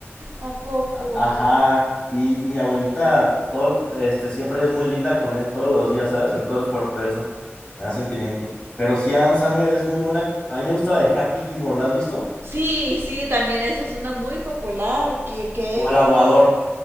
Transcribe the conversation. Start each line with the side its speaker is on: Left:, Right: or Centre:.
Right: ¿A poco?
Left: A- Ajá. Y, y mi abuelita todo, este, siempre es muy linda con él todos los días, ¿sabes? Entonces por eso me da sentimiento. Pero sí, Adam Sandler es muy buena. A mí me gusta la de Happy Gilmore. ¿La has visto?
Right: Sí, sí, también esa es una muy popular que, que
Left: O
Right: he
Left: El Aguador.